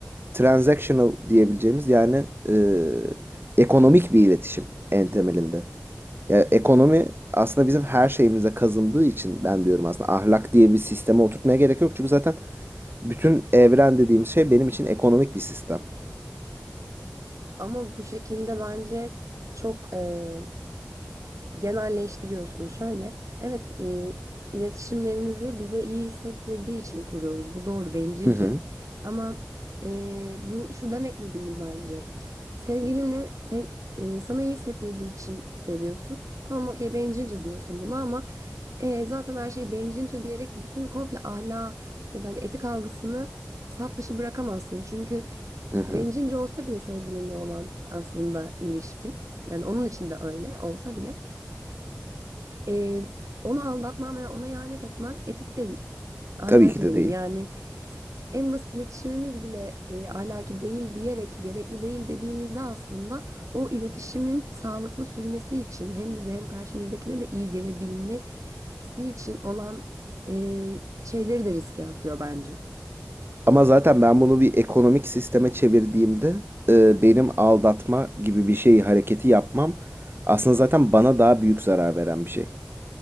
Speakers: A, on the right; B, on the right.
A: transactional diyebileceğimiz yani e, ekonomik bir iletişim en temelinde. Yani ekonomi aslında bizim her şeyimize kazındığı için ben diyorum aslında ahlak diye bir sisteme oturtmaya gerek yok. Çünkü zaten bütün evren dediğimiz şey benim için ekonomik bir sistem.
B: Ama bu şekilde bence çok eee, genelleştiriyorsun. Şöyle, evet e, iletişimlerimizi bize iyi hissettirdiği için kuruyoruz. Bu doğru bencilce.
A: Hı hı,
B: Ama e, bu şu demek de değil bence. Sevgilini sev, e, sana iyi hissettirdiği için seviyorsun. Tamam okey bencilce diyorsun bunu ama e, zaten her şey bencilce diyerek bütün komple ahlak ya da hani etik algısını saf dışı bırakamazsın. Çünkü
A: hı hı.
B: bencilce olsa bile sevgilinle olan aslında ilişkin. Yani onun için de öyle olsa bile Eee, onu aldatman veya ona ihanet etmen etik değil. Ahlaki
A: Tabii ki de
B: değil.
A: değil.
B: Yani s- en basit iletişimimiz bile eee, ahlaki değil diyerek gerekli değil dediğimizde aslında o iletişimin sağlıklı sürmesi için hem bize hem karşımızdakine de iyi gelebilmesi için olan eee, şeyleri de riske atıyor bence.
A: Ama zaten ben bunu bir ekonomik sisteme çevirdiğimde e, benim aldatma gibi bir şey hareketi yapmam aslında zaten bana daha büyük zarar veren bir şey.